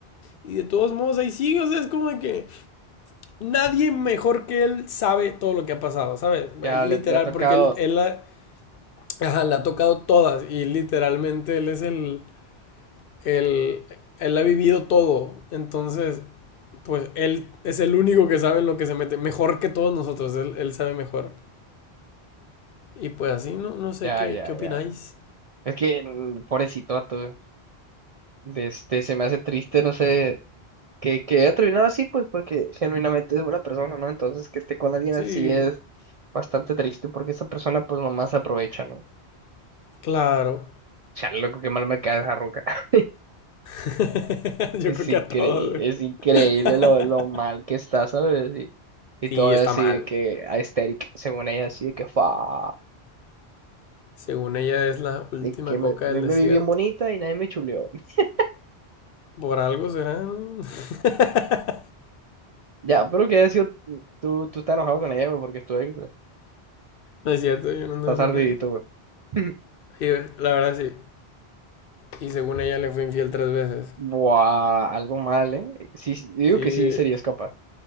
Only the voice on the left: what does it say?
y de todos modos ahí sigue, o sea, es como de que nadie mejor que él sabe todo lo que ha pasado, ¿sabes?
Él,
Literal,
porque él, él la, ajá, la ha tocado todas, y literalmente él es el, el, él ha vivido todo, entonces pues él es el único que sabe en lo que se mete, mejor que todos nosotros, él, él sabe mejor. Y pues así, no, no sé
qué,
qué opináis.
Sí,
claro.
<laughs> Yo
creo
que a todos. güey.
<laughs>
sí,
está
mal.
Según ella es la última
coca
del
desierto.
Por algo será, ¿no? <laughs>
No es cierto, yo no anduve
con
nadie.
Sí, la verdad sí. Y según ella le fui infiel tres veces.
Sí,